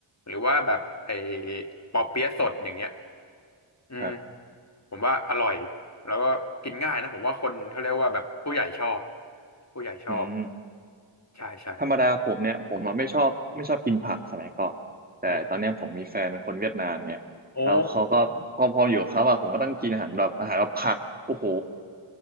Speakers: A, on the left; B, on the right.
A: หรือว่าแบบไอ้ปอเปี๊ยะสดอย่างเงี้ยอืม
B: ครับ
A: ผมว่าอร่อยแล้วก็กินง่ายนะผมว่าคนเขาเรียกว่าแบบผู้ใหญ่ชอบผู้ใหญ่ชอบ
B: อืม
A: ใช่ใช่
B: ธรรมดาผมเนี่ยผมอะไม่ชอบไม่ชอบกินผักสมัยก่อนแต่ตอนเนี้ยผมมีแฟนเป็นคนเวียดนามไง
A: อืมโอ้
B: แล้วเขาก็พอพออยู่กับเขาอะผมก็ต้องกินอาหารแบบอาหารแบบผักโอ้โห